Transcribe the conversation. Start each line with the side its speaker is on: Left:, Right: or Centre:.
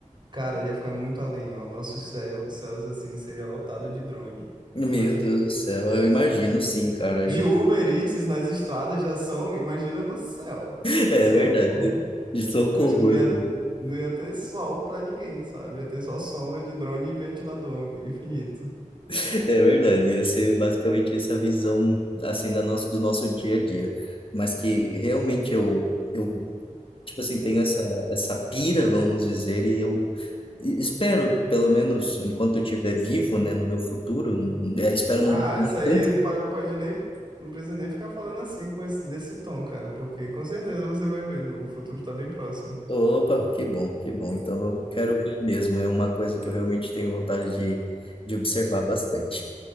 Right: cara, ia ficar muito além, ó. Nossos céu, céus assim seria lotado de drone.
Left: Meu
Right: Imagina.
Left: Deus do céu, eu imagino sim, cara.
Right: De
Left: Aí.
Right: Uber
Left: <laughs>
Right: Eats nas estradas já são, imagina no céu.
Left: É
Right: Socorro.
Left: verdade. De socorro,
Right: Eu acho que não ia
Left: eu vou-
Right: não ia ter sol pra ninguém, sabe? Ia ter só sombra de drone e ventilador infinito.
Left: é verdade. Ia ser basicamente essa visão, assim, da nosso, do nosso dia a dia. Mas que realmente eu, eu tipo assim, tenho essa, essa pira, vamos dizer, e eu espero, pelo menos enquanto eu estiver vivo, né, no meu futuro, n- eh, espero
Right: Ah,
Left: não demorar
Right: isso aí pa- pode nem. Não precisa nem ficar falando assim com esse, desse tom, cara, porque com certeza você vai ver, no- o futuro tá bem próximo.
Left: Opa, que bom, que bom. Então eu quero ver mesmo, é uma coisa que eu realmente tenho vontade de, de observar bastante.